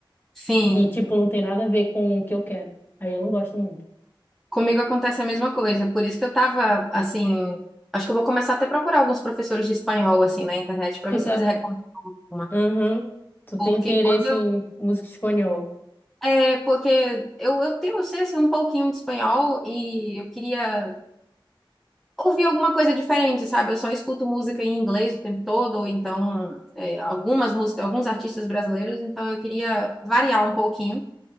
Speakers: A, in the centre; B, on the left (about 20°).
A: Sim.
B: E, tipo, não tem nada a ver com o que eu quero. Aí eu não gosto muito.
A: Comigo acontece a mesma coisa, por isso que eu tava assim, acho que eu vou começar até a procurar alguns professores de espanhol assim na internet para
B: Tu
A: ver se
B: tá.
A: eles recomendam uma,
B: Aham. Tu
A: porque
B: tem interesse
A: quando eu
B: em música espanhola.
A: é, porque eu, eu tenho, eu sei assim, um pouquinho de espanhol e eu queria ouvir alguma coisa diferente, sabe? Eu só escuto música em inglês o tempo todo, ou então é, algumas músicas, alguns artistas brasileiros, então eu queria variar um pouquinho.